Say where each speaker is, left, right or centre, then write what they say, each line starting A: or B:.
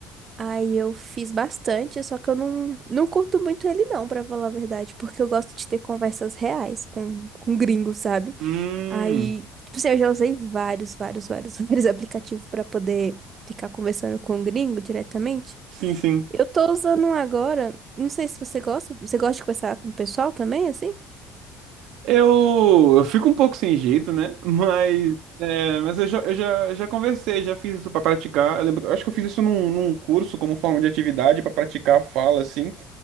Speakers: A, on the right (about 30°); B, on the right (about 75°).
A: Aí eu fiz bastante, só que eu não, não curto muito ele não, pra falar a verdade, porque eu gosto de ter conversas reais com, com gringos, sabe?
B: Hum,
A: Aí, tipo assim, eu já usei vários, vários, vários, <laughs> vários aplicativos pra poder ficar conversando com o gringo diretamente.
B: sim, sim.
A: Eu tô usando um agora. Não sei se você gosta. Você gosta de conversar com o pessoal também, assim?
B: Eu, eu fico um pouco sem jeito, né? <laughs> Mas, é, mas eu já, eu já, já conversei, já fiz isso para praticar. Eu lembro, eu acho que eu fiz isso num, num curso como forma de atividade para praticar a fala, assim.